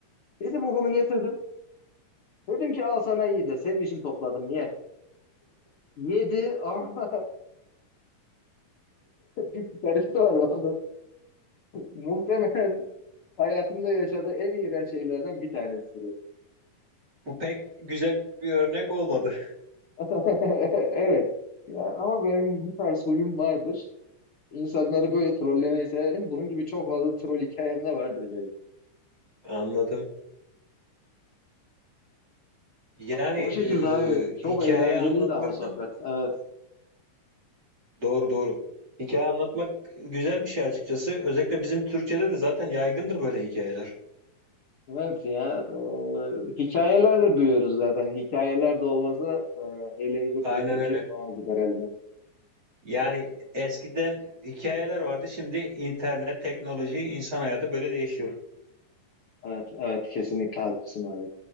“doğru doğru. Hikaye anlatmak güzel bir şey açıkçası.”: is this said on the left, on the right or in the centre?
Right